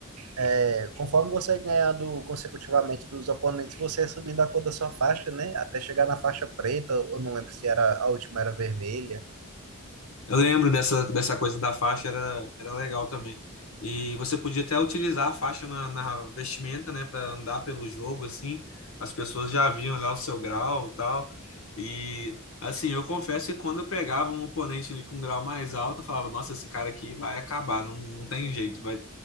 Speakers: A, on the right; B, on the left.
A: É, conforme você é ganhando consecutivamente dos oponentes, você é subindo a cor da sua faixa, né? Até chegar na faixa preta, eu não lembro se era a última era vermelha.
B: Eu lembro dessa, dessa coisa da faixa, era, era legal também. E você podia até utilizar a faixa na, na vestimenta, né, para andar pelo jogo, assim. As pessoas já viam lá o seu grau e tal. E, assim, eu confesso que quando eu pegava um oponente ali com um grau mais alto, eu falava: Nossa, esse cara aqui vai acabar, não, não tem jeito, vai,